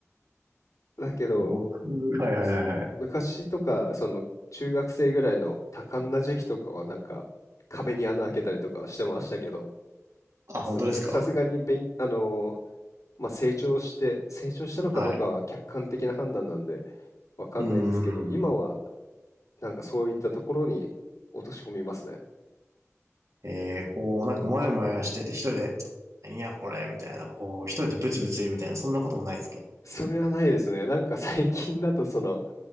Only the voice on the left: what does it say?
だけど、
そ昔とか、
その中学生ぐらいの多感な時期とかはなんか壁に穴開けたりとかはしてましたけど、
ささすがに勉、あのーまあ、成長して成長したのかどうかは客観的な判断なんで、
わかんないですけど、
今は
なんかそういったところに落とし込みますね。
それはないですね。なんか最近だとその